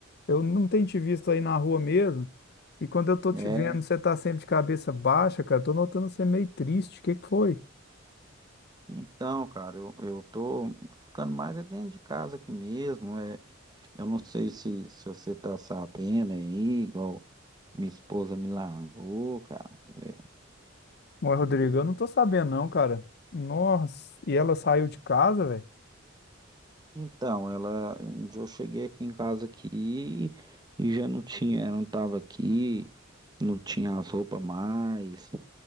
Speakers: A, on the left; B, on the right.
A: Eu não tenho te visto aí na rua mesmo. E quando eu tô
B: É,
A: te vendo, você tá sempre de cabeça baixa, cara. Tô notando você meio triste. O que que foi?
B: então, cara, eu, eu tô ficando mais é dentro de casa aqui mesmo. É, eu não sei se, se você tá sabendo aí, igual minha esposa me largou, cara. É,
A: Ué, Rodrigo, eu não tô sabendo não, cara. Nossa, e ela saiu de casa, velho?
B: Então, ela, um dia eu cheguei aqui em casa aqui e já não tinha, ela não estava aqui, não tinha as roupas mais.